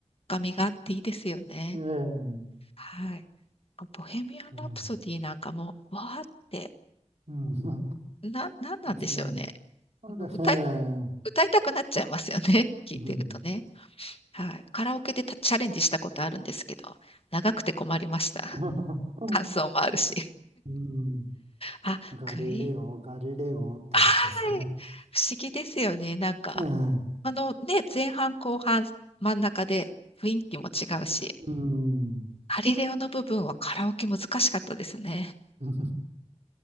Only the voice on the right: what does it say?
ええ
うん。
うん。
<laughs>
ですね。なのですね、
うん。
<laughs>
うん。
ガリレオ、
ガリレオってやつですね。
ええ。
うん。
<laughs>